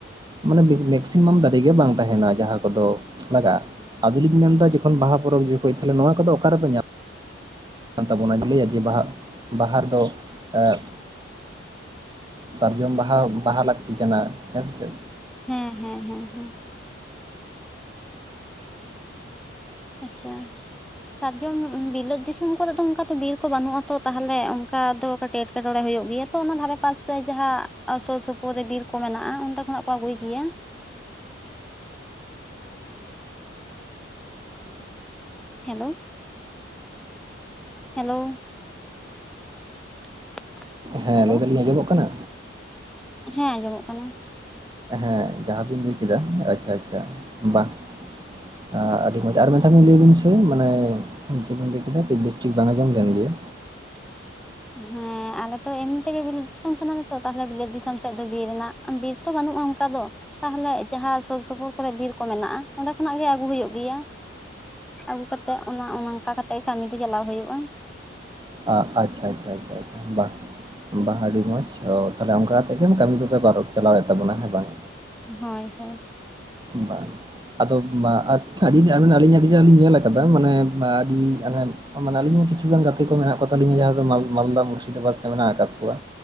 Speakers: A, on the right (about 20°); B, in the centre.
A: ᱢᱟᱱᱮ ᱢᱮᱠᱥᱤᱢᱟᱢ ᱫᱟᱨᱮᱜ ᱜᱮ ᱵᱟᱝ ᱛᱟᱦᱮᱱᱟ ᱡᱟᱦᱟᱸ ᱠᱚᱫᱚ ᱞᱟᱜᱟᱜᱼᱟ ᱟᱫᱚᱞᱤᱧ ᱢᱮᱱᱫᱟ ᱡᱚᱠᱷᱚᱱ ᱵᱟᱦᱟ ᱯᱚᱨᱚᱵ ᱡᱚᱠᱷᱚᱡ ᱛᱟᱦᱚᱞ ᱱᱚᱣᱟ ᱠᱚ ᱚᱠᱟᱨᱮ ᱞᱮ ᱧᱟᱢᱟ ᱠᱟᱱ ᱛᱟᱵᱚᱱᱟ ᱞᱟᱹᱭᱟ ᱡᱮ ᱵᱟᱦᱟ ᱵᱟᱦᱟ ᱨᱮ ᱫᱚ- ᱮᱸ ᱥᱟᱨᱡᱚᱢ ᱵᱟᱦᱟ ᱵᱟᱦᱟ ᱞᱟᱹᱠᱛᱤ ᱠᱟᱱᱟ ᱦᱮᱸ ᱥᱮ ᱪᱮᱫ᱾
B: ᱦᱮᱸ ᱦᱮᱸ ᱦᱮᱸ ᱦᱮᱸ ᱟᱪᱪᱷᱟ ᱥᱟᱨᱡᱚᱢ ᱵᱤᱞᱟᱹᱛ ᱫᱤᱥᱚᱢ ᱠᱚᱨᱮ ᱫᱚ ᱚᱱᱠᱟ ᱵᱤᱨ ᱠᱚ ᱵᱟᱹᱱᱩᱜ ᱟᱛᱚ ᱛᱟᱦᱚᱞᱮ ᱚᱱᱠᱟ ᱫᱚ᱾ ᱠᱟᱹᱴ ᱮᱴᱠᱮᱴᱚᱬᱮ ᱦᱩᱭᱩᱜ ᱜᱮᱭᱟ ᱛᱚ ᱚᱱᱟ ᱫᱷᱟᱨᱮ ᱛᱟᱥᱮ ᱡᱟᱦᱟᱸ ᱥᱩᱨ ᱥᱩᱯᱩᱨ ᱨᱮ ᱵᱤᱨ ᱠᱚ ᱢᱮᱱᱟᱜᱼᱟ ᱚᱱᱰᱮ ᱠᱷᱚᱱᱟᱜ ᱠᱚ ᱟᱹᱜᱩᱭ ᱜᱮᱭᱟ᱾ ᱦᱮᱞᱳ ᱦᱮᱞᱳᱻ <inaudible>
A: ᱦᱮᱸ
B: ᱦᱮᱞᱳ
A: ᱞᱟᱹᱭ ᱫᱟᱞᱤᱧ ᱟᱸᱡᱚᱢᱚᱜ ᱠᱟᱱᱟ
B: ᱦᱮᱸ ᱟᱸᱡᱚᱢᱚᱜ ᱠᱟᱱᱟ
A: ᱦᱮᱸ ᱡᱟᱦᱟ ᱵᱤᱱ ᱞᱟᱹᱭ ᱠᱮᱫᱟ ᱟᱪᱷᱟ ᱟᱪᱷᱟ ᱵᱟᱝ ᱟᱸ ᱟᱹᱰᱤ ᱢᱚᱡᱽ ᱟᱨ ᱢᱮᱫ ᱫᱷᱟᱣ ᱞᱟᱹᱭ ᱵᱤᱱ ᱥᱮ ᱢᱟᱱᱮ ᱪᱮᱫ ᱮᱢ ᱞᱟᱹᱭ ᱠᱮᱫᱟ ᱱᱤᱛ ᱵᱮᱥᱴᱷᱤᱠ ᱵᱟᱝ ᱟᱸᱡᱚᱢ ᱞᱮᱱ ᱜᱮᱭᱟ
B: ᱦᱮᱸ ᱟᱞᱮ ᱛᱚ ᱮᱢᱱᱤ ᱛᱮᱜᱮ ᱵᱤᱞᱟᱹᱛ ᱫᱤᱥᱚᱢ ᱠᱟᱱᱟ ᱞᱮᱛᱚ ᱛᱟᱦᱚᱞᱮ ᱵᱤᱞᱟᱹᱛ ᱫᱤᱥᱚᱢ ᱥᱮᱫ ᱫᱚ ᱵᱤᱨ ᱨᱮᱱᱟᱜ ᱟᱸ ᱵᱮᱥ ᱛᱚ ᱵᱟᱹᱱᱩᱜᱼᱟ ᱚᱱᱠᱟ ᱫᱚ ᱛᱟᱦᱚᱞᱮ ᱡᱟᱦᱟᱸ ᱥᱩᱨ ᱥᱩᱯᱩᱨ ᱠᱚᱨᱮᱜ ᱵᱤᱨ ᱠᱚ ᱢᱮᱱᱟᱜᱼᱟ ᱚᱸᱰᱮ ᱠᱷᱚᱱᱟᱜ ᱜᱮ ᱟᱹᱜᱩ ᱦᱩᱭᱩᱜ ᱜᱮᱭᱟ ᱟᱹᱜᱩ ᱠᱟᱛᱮᱜ ᱚᱱᱟ ᱚᱱᱠᱟ ᱠᱟᱛᱮᱜ ᱠᱟᱹᱢᱤ ᱫᱚ ᱪᱟᱞᱟᱣ ᱦᱩᱭᱩᱜᱼᱟ᱾
A: ᱟᱸ ᱟᱪᱪᱷᱟ ᱟᱪᱪᱷᱟ ᱟᱪᱪᱷᱟ ᱟᱪᱪᱷᱟ ᱵᱟᱦ ᱵᱟᱦ ᱟᱹᱰᱤ ᱢᱚᱸᱡᱽ ᱚ ᱛᱟᱦᱚᱞᱮ ᱚᱱᱠᱟ ᱛᱮᱜᱮᱢ ᱠᱟᱹᱢᱤ ᱫᱚ ᱯᱮ ᱯᱟᱨᱚᱢ ᱪᱟᱞᱟᱣᱮᱫ ᱛᱟᱵᱚᱱᱟ ᱦᱮᱸ ᱵᱟᱝ
B: ᱦᱳᱭ ᱦᱳᱭ
A: ᱵᱟᱝ ᱟᱫᱚ ᱢᱟ ᱟᱪᱪᱷᱟ ᱟᱹᱰᱤ ᱜᱮ <unintelligible> ᱟᱹᱞᱤᱧ ᱟᱹᱰᱤ ᱱᱟᱜ ᱞᱤᱧ ᱧᱮᱞ ᱟᱠᱟᱫᱟ ᱢᱟᱱᱮ ᱟᱸ ᱟᱹᱰᱤ ᱟᱱᱮ ᱢᱟᱱᱮ ᱟᱹᱞᱤᱧ ᱦᱚᱸ ᱠᱤᱪᱷᱩᱜᱟᱱ ᱜᱟᱛᱮ ᱠᱚ ᱢᱮᱱᱟᱜ ᱠᱚ ᱛᱟᱞᱤᱧᱟ ᱡᱟᱦᱟᱸ ᱫᱚ ᱢᱟᱞ ᱢᱟᱞᱫᱟ ᱢᱩᱨᱥᱤᱫᱟᱵᱟᱫᱽ ᱥᱮᱫ ᱢᱮᱱᱟᱜ ᱟᱠᱟᱫ ᱠᱚᱣᱟ᱾